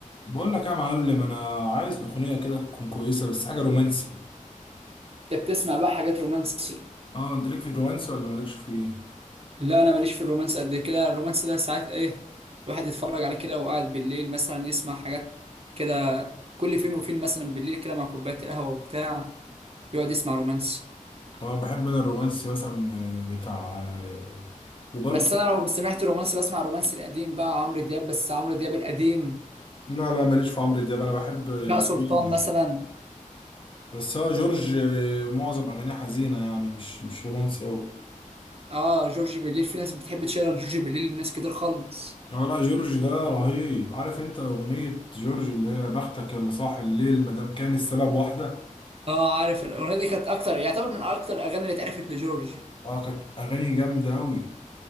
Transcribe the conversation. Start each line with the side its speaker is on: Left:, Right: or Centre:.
Left: بقول لك يا معلم انا عايز اغنيه كده تكون كويسه بس حاجه رومانسي
Right: انت بتسمع بقى حاجات رومانسي
Left: اه انت ليك في الرومانسي ولا مالكش فيه
Right: لا انا ماليش في الرومانس قد كده الرومانس ده ساعات ايه الواحد يتفرج عليه كده وقاعد بالليل مثلا يسمع حاجات كده كل فين وفين مثلا بالليل كده مع كوبايه القهوه وبتاع يقعد يسمع رومانسي
Left: اه بحب انا الرومانسي مثلا آه، بتاع آه، وبرضه
Right: بس انا لو سمعت رومانسي بسمع الرومانسي القديم بقى عمرو دياب بس عمرو دياب القديم
Left: لا لا ماليش في عمرو دياب انا بحب آه،
Right: بقى سلطان
Left: جورج
Right: مثلا
Left: بس هو جورج آه، معظم اغانيه حزينه يعني مش مش رومانسي قوي
Right: اه جورجي بالليل في ناس بتحب تشغل جورجي بالليل لناس كتير خالص
Left: اه لا جورج ده رهيب عارف انت اغنية جورج اللي هي بختك يلا صاح الليل مادام كان السبب واحدة
Right: اه عارف الاغنيه دي كانت اكتر يعتبر من اكتر الاغاني اللي اتعرفت لجورج
Left: اه كانت اغاني جامدة اوي